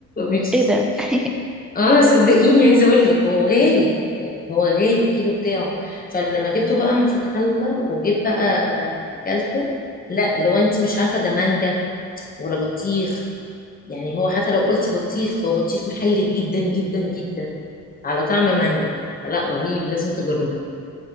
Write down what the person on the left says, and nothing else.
<laughs>
اه صدقيني عايزه اقول لك هو غالي يعني هو غالي الكيلو بتاعه فلما جبته بقى من فتح الله وجيت بقى آه، اكلته لا لو انت مش عارفه ده مانجا ولا بطيخ يعني هو حتى لو قلتي بطيخ فهو بطيخ محلي جدا جدا جدا على طعم مانجا لا رهيب لازم تجربيه